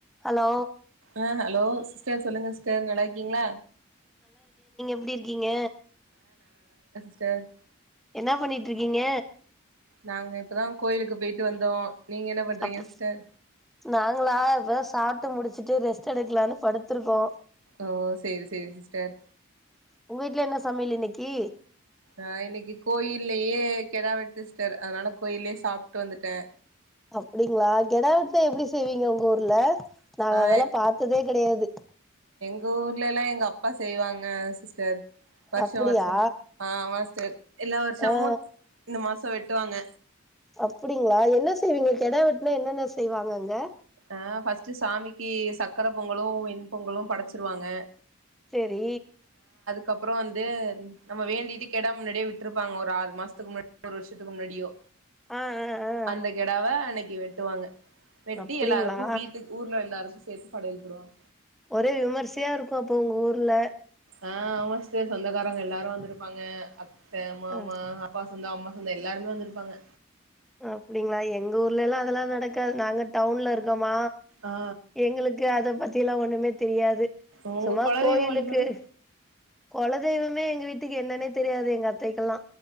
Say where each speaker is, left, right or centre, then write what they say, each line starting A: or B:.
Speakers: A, in the centre; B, on the right.
A: Hello
B: ஆ hello சா சொல்லுங்க சிஸ்டர் நல்லா இருக்கீங்களா
A: ப்டி இருக்கீங்க
B: ஸ்டர்
A: என்ன பண்ணிட்டு இருக்கீங்க
B: நாங்க இப்பதா கோயிலுக்கு போயிட்டு வந்தோ நீங்க என்ன பண்றீங்க
A: அப்
B: சிஸ்டர்
A: நாங்களா இப் சாப் ட்டு முடிச்சுட்டு ரெஸ்ட் எடுக்கலான்னு படுத்திருக்கோ
B: ஓ சேரி சேரி சிஸ்டர்
A: உங்க வீட்டுல என்ன சமையல் இன்னைக்கி
B: ஆ இன்னைக்கு கோயில்லயே கெடா வெட்டு ஸ்டர் அதனால கோயில்யே சாப்ட்டு வந்துட்டே
A: ஹஸ்ப ங்களா கெடாவெட்லாஹ எப்டி செய்வீங்க உ ஊர்ல நாங்க
B: ஆ
A: அதெல்லா பாத்ததே கெடையாது
B: க ஊர்லல்லா எங்க அப்பா செய்வாங்க சிஸ் டர் வர்ஷா
A: அப்டியா
B: வர்ஷோ ஆ ஆமா சி ஸ்டர் எல்லா வருஷமு
A: ஆ
B: இந்த மா சோ வெட்டுவாங்க
A: அப்டிங்களா என்ன செய்வீங்க கெடா வெட்னா என்னென்ன செய்வாங்க அங்க
B: ஆ ஃபர்ஸ்ட்டு சாமிக்கி சக்கர பொங்கலு வெண் பொங்கலு படச்சிருவாங்க
A: செரி
B: கப்புறோ வந்து நம்ம வேண்டிட்டு கெடா முன்னாடியே விட்ருப்பாங்க ஒரு ஆறு மாசத்துக்கு முன்னாடி ஒரு வருஷத்துக்கு முன்னாடியோ
A: ஆ ஆ ஆ
B: அந்த கெடாவ அன்னைக் கி வெட்டுவாங்க ட்டி
A: அப்டிங்களா
B: எல்லாருக்கு வீட்டுக் ஊர்ல எல்லாருக்கு சேத்து படையல் போடுவாங்க
A: ஒரே விமரிசையா இருக்கு அப்போ உங்க ஊர்ல
B: ஆ விமரிசையா சொந்தக்காரங்க எல்லாரு வந்திருப்பாங்க அ த்த மாமா
A: அ
B: அப்பா சொந்தோ அம்மா சொந்தோ எல்லாருமே வந்துருப்பாங்க
A: அப்டிங்களா எங்க ஊர்லல்லா அதெல்லா நடக்காது நாங்க டவுன்ல இரு க்கமா
B: ஆ
A: எங்களுக்கு அத பத்தில்லா ஒண்ணுமே தெரியாது
B: உங்க
A: சும்மா
B: குலதெய்வ
A: கோயிலுக்கு
B: வழிபாடு
A: கொலதெய்வமே எங்க வீட்டுக்கு என்னன்னே தெரியாது எங்க அத்தைக்கெல்லா